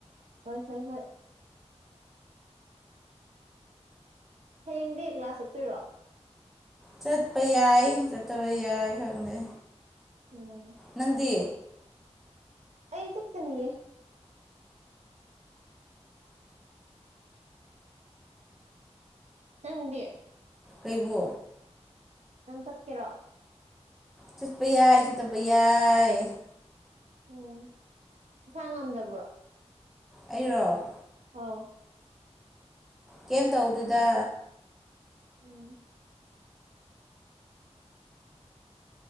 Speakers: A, on the right; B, in the centre.
A: ꯍꯣꯏ ꯍꯣꯏ ꯍꯣꯏ ꯍꯌꯦꯡꯗꯤ ꯀ꯭ꯂꯥꯁ ꯆꯞꯠꯇꯣꯏꯔꯣ
B: ꯆꯠꯄ ꯌꯥꯏ ꯆꯠꯇꯕ ꯌꯥꯏ ꯈꯪꯗꯦ
A: ꯎꯝ
B: ꯅꯪꯗꯤ
A: ꯑꯩ ꯆꯠꯠꯇꯃꯤꯌꯦ ꯅꯪꯗꯤ
B: ꯑꯩꯕꯣ
A: ꯅꯪ ꯆꯠ ꯀꯦꯔꯣꯑꯣ
B: ꯆꯠꯄ ꯌꯥꯏ ꯆꯤꯠꯇꯕ ꯌꯥꯏ
A: ꯎꯝ ꯏꯁꯁꯥ ꯉꯝꯗꯕ꯭ꯔꯣ
B: ꯑꯩꯔꯣ
A: ꯑꯥꯎ
B: ꯀꯩꯦꯝꯇꯧꯗꯨꯗ
A: ꯎꯝ